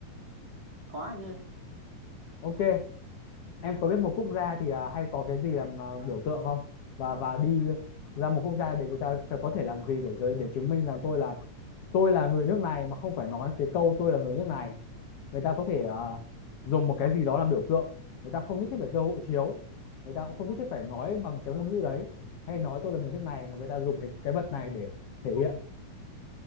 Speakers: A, on the right; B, on the left.
A: có anh ơi
B: ok em có biết một quốc gia thì à, hay có cái gì làm à, biểu tượng không và và đi ra một quốc gia để người ta ta có thể làm gì để giới để chứng minh rằng tôi là tôi là người nước này mà không phải nói cái câu tôi là người nước này người ta có thể à, dùng một cái gì đó làm biểu tượng người ta không nhất thiết phải giơ hộ chiếu người ta cũng không nhất thiết phải nói bằng cái ngôn ngữ đấy hay nói tôi là người nước này mà người ta dùng cái cái vật này để thể hiện